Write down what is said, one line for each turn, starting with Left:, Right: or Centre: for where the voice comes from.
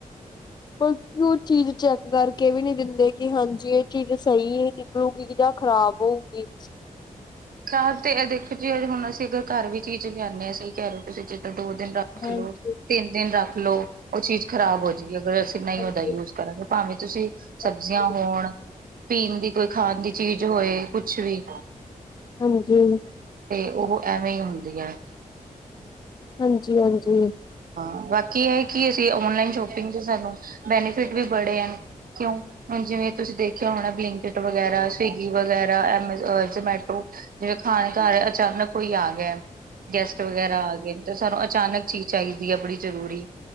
Left: ਬਕਿ ਉਹ ਚੀਜ਼ ਚੈੱਕ ਕਰਕੇ ਵੀ ਨਹੀਂ ਦਿੰਦੇ ਕਿ ਹਾਂਜੀ ਇਹ ਚੀਜ਼ ਸਹੀ ਨਿਕਲੂਗੀ ਜਾਂ ਖ਼ਰਾਬ ਹੋਊਗੀ।
Right: ਖਰਾਬ ਤੇ ਦੇਖੋ ਜੀ ਅਜ ਹੁਣ ਅਸੀਂ ਅਗਰ ਘਰ ਵੀ ਚੀਜ਼ ਲਿਆਉਂਦੇ ਹਾਂ ਸਹੀ ਕਹਿ ਰਹੇ ਤੁਸੀਂ ਦੋ ਦਿਨ ਰੱਖ
Left: ਹਾਂਜੀ
Right: ਲੋ ਤਿੰਨ ਦਿਨ ਰੱਖ ਲੋ ਉਹ ਚੀਜ਼ ਖ਼ਰਾਬ ਹੋ ਜਾਏਗੀ ਅਗਰ ਅਸੀਂ ਨਹੀਂ
Left: ਹਾਂਜੀ
Right: ਉਹਓਦਦਾ ਯੂਜ ਕਰਾਂਗੇ ਭਾਵੇਂ ਤੁਸੀਂ ਸਬਜ਼ੀਆਂ
Left: ਹਾਂਜੀ
Right: ਹੋਣ ਪੀਣ ਦੀ ਕੋਈ ਖਾਣ ਦੀ ਚੀਜ਼ ਹੋਏ ਕੁਛ ਵੀ
Left: ਹਾਂਜੀ।
Right: ਤੇ ਉਹ ਐਵੇਂ ਹੀ ਹੁੰਦੀਆਂ।
Left: ਹਾਂਜੀ ਹਾਂਜੀ।
Right: ਹਾਂ ਬਾਕੀ ਇਹ ਕਿ ਅਸੀਂ ਔਨਲਾਈਨ ਸ਼ੋਪਿੰਗ ਤੇ ਸਾਨੂੰ ਬੈਨੀਫਿਟ ਵੀ ਬੜੇ ਹਨ ਕਿਉਂ ਜਿਵੇਂ ਤੁਸੀਂ ਦੇਖਿਆ ਹੋਣਾ ਬਲਿੰਕਟ ਵਗੈਰਾ ਸਵਿਗੀ ਵਗੈਰਾ ਜਮੈਟੋ ਜਿਵੇਂ ਖਾ ਅਚਾਨਕ ਕੋਈ ਆ ਗਿਆ। ਗੈਸਟ ਵਗੈਰਾ ਆ ਗਏ ਨੇ ਤੇ ਸਾਨੂੰ ਅਚਾਨਕ ਚੀਜ਼ ਚਾਹੀਦੀ ਹੈ ਬੜੀ ਜ਼ਰੂਰੀ